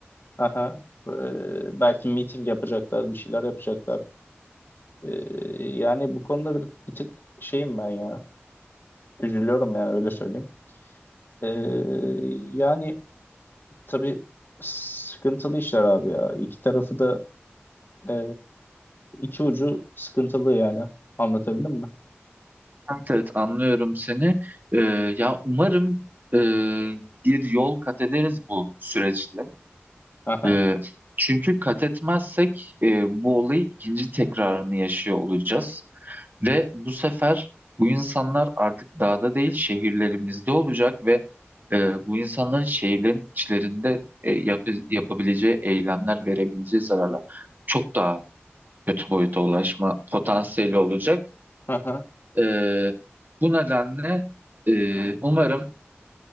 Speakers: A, on the left; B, on the right.
A: Aha, e, belki meeting yapacaklar, bir şeyler yapacaklar. E, yani bu konuda bir, bir tık şeyim ben ya. Üzülüyorum yani öyle söyleyeyim. E, yani tabii sıkıntılı işler abi ya. İki tarafı da e, iki ucu sıkıntılı yani. Anlatabildim mi?
B: Evet, evet, anlıyorum seni. Ee, ya umarım e, bir yol kat ederiz bu süreçle.
A: Aha,
B: Ee, çünkü kat etmezsek e, bu olayı ikinci tekrarını yaşıyor olacağız. Ve bu sefer bu insanlar artık dağda değil şehirlerimizde olacak ve e, bu insanların şehirlerin içlerinde e, yap- yapabileceği eylemler verebileceği zararlar çok daha kötü boyuta ulaşma potansiyeli olacak.
A: aha.
B: Ee, bu nedenle e, umarım